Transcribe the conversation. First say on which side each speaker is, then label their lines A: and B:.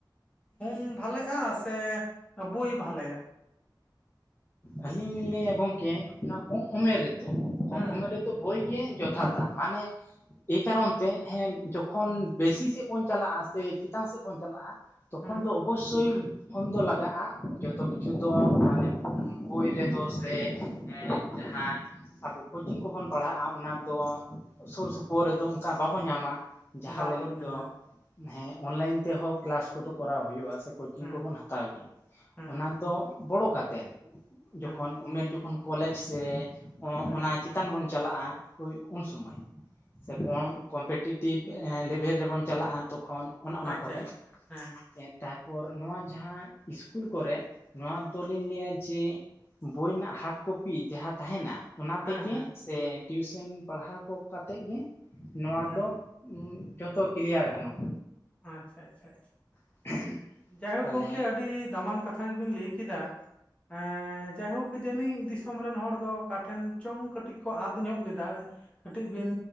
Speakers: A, on the left; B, on the left.
A: ᱯᱷᱳᱱ ᱵᱷᱟᱞᱮᱜᱼᱟ ᱥᱮ ᱵᱩᱭ ᱵᱷᱟᱞᱮᱭᱟ?
B: ᱟᱹᱞᱤᱧ ᱞᱤᱧ ᱞᱟᱹᱭᱟ ᱜᱚᱝᱠᱮ ᱚᱱᱟ ᱠᱚᱢ ᱩᱢᱮᱨ ᱨᱮᱫᱚ ᱠᱚᱢ
A: ᱦᱮᱸ
B: ᱩᱢᱮᱨ ᱨᱮᱫᱚ ᱵᱳᱭ ᱜᱮ ᱡᱚᱛᱷᱟᱛᱟ ᱢᱟᱱᱮ ᱮ ᱠᱟᱨᱚᱱ ᱛᱮ ᱦᱮᱸ ᱡᱚᱠᱷᱚᱱ ᱵᱮᱥᱤ ᱥᱮᱫ ᱵᱚᱱ ᱪᱟᱞᱟᱜᱼᱟ ᱥᱮ ᱪᱮᱛᱟᱱ ᱥᱮᱫ ᱵᱚᱱ ᱪᱟᱞᱟᱜᱼᱟ ᱛᱚᱠᱷᱚᱱ
A: ᱦᱮᱸ
B: ᱫᱚ ᱚᱵᱚᱥᱥᱳᱭ ᱯᱷᱳᱱ ᱫᱚ ᱞᱟᱜᱟᱜᱼᱟ ᱡᱚᱛᱚ ᱠᱤᱪᱷᱩ ᱛᱚ ᱢᱟᱱᱮ ᱵᱩᱭ ᱨᱮᱫᱚ ᱥᱮ ᱡᱟᱦᱟᱸ ᱟᱵᱚ ᱠᱳᱪᱤᱝ ᱠᱚᱵᱚᱱ ᱯᱟᱲᱦᱟᱜᱼᱟ ᱚᱱᱟ ᱫᱚ ᱥᱩᱨ ᱥᱩᱯᱩᱨ ᱨᱮᱫᱚ ᱚᱱᱠᱟ ᱵᱟᱵᱚᱱ ᱧᱟᱢᱟ᱾ ᱡᱟᱦᱟᱸ
A: ᱵᱟᱝᱵᱚᱱ
B: ᱞᱟᱹᱜᱤᱫ ᱫᱚ
A: ᱧᱟᱢᱟ
B: ᱦᱮᱸ ᱚᱱᱞᱟᱭᱟ. ᱤᱱ ᱛᱮᱦᱚᱸ ᱠᱮᱞᱟᱥ ᱠᱚᱫᱚ ᱠᱚᱨᱟᱣ ᱦᱩᱭᱩᱜᱼᱟ ᱥᱮ ᱠᱳᱪᱤᱝ
A: ᱦᱮᱸ
B: ᱠᱚᱵᱚᱱ ᱦᱟᱛᱟᱣ ᱜᱮᱭᱟ
A: ᱦᱮᱸ
B: ᱚᱱᱟ ᱫᱚ ᱵᱚᱲᱚ ᱠᱟᱛᱮᱫ ᱡᱚᱠᱷᱚᱱ
A: ᱦᱮᱸ
B: ᱩᱢᱮᱨ ᱡᱚᱠᱷᱚᱱ ᱩᱱᱤ ᱠᱚᱞᱮᱡᱽ ᱥᱮ
A: ᱦᱮᱸ
B: ᱚᱱᱟ ᱪᱮᱛᱟᱱ ᱵᱚᱱ ᱪᱟᱞᱟᱜᱼᱟ ᱦᱩᱭ ᱩᱱ ᱥᱚᱢᱚᱭ᱾ ᱥᱮ
A: ᱦᱮᱸ
B: ᱠᱚᱢ ᱠᱚᱢᱯᱮᱴᱤᱮᱴᱤᱵᱷ ᱞᱮᱵᱷᱮᱞ ᱨᱮᱵᱚᱱ ᱪᱟᱞᱟᱜᱼᱟ᱾ ᱛᱚᱠᱷᱚᱱ ᱚᱱᱟ ᱚᱱᱟ
A: ᱟᱪᱪᱷᱟ
B: ᱠᱚᱨᱮ
A: ᱟᱪᱪᱷᱟ ᱦᱮᱸ
B: ᱮᱱ ᱠᱷᱟᱱ ᱯᱚᱨ ᱱᱚᱣᱟ ᱡᱟᱦᱟᱸ ᱤᱥᱠᱩᱞ ᱠᱚᱨᱮ ᱱᱚᱣᱟ ᱫᱚ ᱞᱤᱧ ᱞᱟᱹᱭᱟ ᱡᱮ ᱵᱳᱭ ᱱᱟᱜ ᱦᱟᱨᱰ ᱠᱚᱯᱤ ᱡᱟᱦᱟᱸ ᱛᱟᱦᱮᱱᱟ ᱚᱱᱟ
A: ᱦᱮᱸ
B: ᱛᱮᱜᱮ
A: ᱦᱮᱸ
B: ᱥᱮ ᱴᱤᱭᱩᱥᱨᱱ ᱯᱟᱲᱦᱟᱣ ᱠᱚ ᱠᱟᱛᱮᱫ ᱜᱮ ᱱᱚᱣᱟ
A: ᱦᱮᱸ
B: ᱫᱚ ᱡᱚᱛᱚ ᱠᱤᱞᱭᱟᱨ ᱜᱟᱱᱚᱜᱼᱟ᱾
A: ᱟᱪᱷᱟ ᱟᱪᱪᱟ ᱟᱪᱷᱟ᱾
B: <inaudible>
A: ᱡᱟᱭᱦᱳᱠ
B: ᱛᱟᱦᱚᱞᱮ
A: ᱜᱚᱝᱠᱮ ᱟᱹᱰᱤ ᱫᱟᱢᱟᱱ ᱠᱟᱛᱷᱟ ᱜᱮᱵᱤᱱ ᱞᱟᱹᱭ ᱠᱮᱫᱟ᱾ ᱮᱸ ᱡᱟᱭᱦᱳᱠ ᱡᱟᱹᱱᱤᱡ ᱫᱤᱥᱚᱢ ᱨᱮᱱ ᱦᱚᱲ ᱫᱚ ᱚᱠᱟ ᱴᱷᱮᱱ ᱪᱚᱝ ᱠᱟᱹᱴᱤᱡ ᱠᱚ ᱟᱫ ᱧᱚᱜ ᱞᱮᱫᱟ ᱾ ᱠᱟᱹᱴᱤᱡ ᱵᱤᱱ